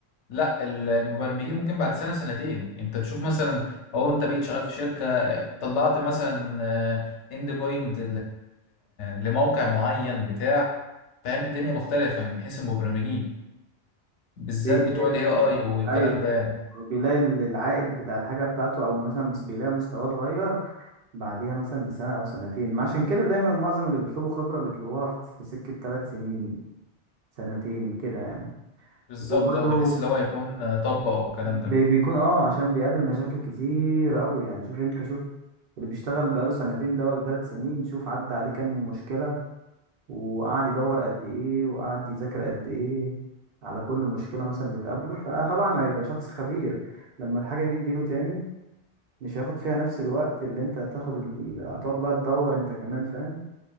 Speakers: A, on the left; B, on the right.
A: لا ال- المبرمجين ممكن بعد سنة سنتين انت تشوف مثلا او انت بقيت شغال في شركة طلعت مثلا اند بوينت لموقع معين بتاع فاهم الدنيا مختلفة من حيث المبرمجين بالذات
B: بيلاقي
A: بتوع
B: ال-
A: الاي اي والكلام
B: ايوه
A: ده يعني
B: هو بيلاقي ال- العائد بتاع الحاجه بتاعته او مثلا مس- بيلاقي مستواه اتغير بعديها مثلا بسنه او سنتين ما عشان كده دايما معظم اللي بيطلبوا خبره بيطلبوها في في سكه ثلاث سنين سنتين كده يعني
A: بالظبط
B: وبرضو
A: اه بحيث اللي هو يكون آه، طبق والكلام
B: بي-
A: ده
B: بيكون اه عشان بيقابل مشاكل كتير قوي يعني شوف انت شوف اللي بيشتغل بقاله سنتين ده ولا ثلاث سنين شوف عدى عليه كام مشكلة وقعد يدور قد ايه وقعد يذاكر قد ايه على كل مشكلة مثلا بتقابله فطبعا هيبقى شخص خبير لما الحاجة دي تجيله تاني مش هياخد فيها نفس الوقت اللي انت هتاخد ال... هتقعد بقى تدور انت كمان فاهم